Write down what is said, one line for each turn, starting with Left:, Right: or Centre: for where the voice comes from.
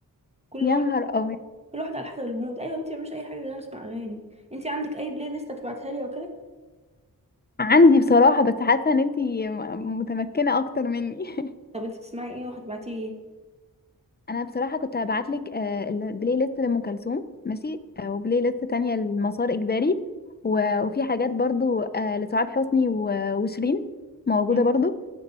Right: كل
Left: يا
Right: واحد
Left: نهار ابيض
Right: كل واحدة على حسب المود ايوه انت مش اي حاجة غير اسمع اغاني انت عندك اي بلاي ليست هتبعتها لي او كده
Left: عندي بصراحه بس حاسه ان انت م- متمكنه اكتر مني <laughs>
Right: طب انت بتسمعي ايه وهتبعتي لي ايه
Left: انا بصراحه كنت هبعت لك البلاي ليست لام كلثوم ماشي آه، وبلاي ليست تانية لمسار اجباري و- وفي حاجات برضو آه، لسعاد حسني و- وشيرين موجوده
Right: مم.
Left: برضو